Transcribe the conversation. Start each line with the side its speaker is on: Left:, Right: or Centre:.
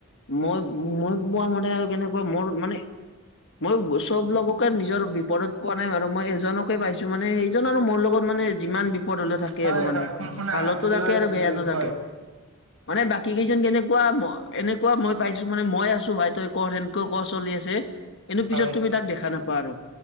Left: মই মই পোৱা মতে আৰু কেনেকুৱা মোৰ মানে মই চব লগক নিজৰ বিপদত পোৱা নাই বাৰু, মই এজনকে পাইছো মানে সেইজন আৰু মোৰ লগত মানে যিমান বিপ পদ হ'লেও থাকে
Right: হয়
Left: আৰু মানে।
Right: হয় শুন শুনা
Left: ভালতো
Right: তোমাৰ
Left: থাকে আৰু বেয়াতো থাকে।
Right: হয়
Left: মানে বাকী কেইজন কেনেকুৱা এনেকুৱা মই পাইছো মানে মই আছো ভাই তই কৰ, সেনকে কোৱা চলি আছে। কিন্তু
Right: হয়
Left: পিছত তুমি তাক দেখা নাপ পা আৰু।